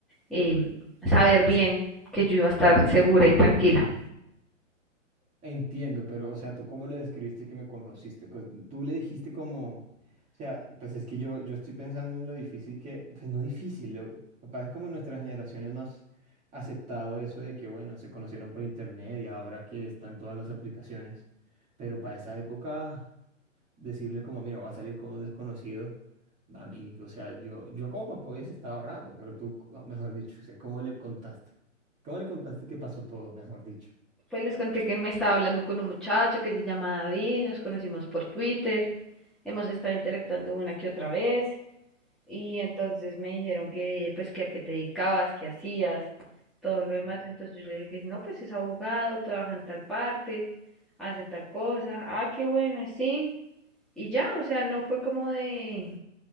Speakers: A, in the centre; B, on the right (about 20°).
A: eh, saber bien que yo iba a estar segura y tranquila.
B: Entiendo, pero, o sea, ¿tú cómo le describiste que me conociste? Pues, tú le dijiste como, o sea, pues es que yo, yo estoy pensando en lo difícil que, pues no difícil, lo, capaz es como nuestra generación es más aceptado eso de que, bueno, se conocieron por internet y ahora que están todas las aplicaciones, pero para esa época, decirle como, mira, va a salir con un desconocido, a mí, o sea, yo, yo como papá hubiese estado raro, pero tú, mejor dicho, o sea, ¿cómo le contaste? ¿Cómo le contaste que pasó todo, mejor dicho?
A: Pues les conté que me estaba hablando con un muchacho que se llama David, nos conocimos por Twitter, hemos estado interactuando una que otra vez y entonces me dijeron que pues que a qué te dedicabas, qué hacías, todo lo demás. Entonces yo le dije, no, pues es abogado, trabaja en tal parte, hace tal cosa, ah, qué bueno, sí. Y ya, o sea, no fue como de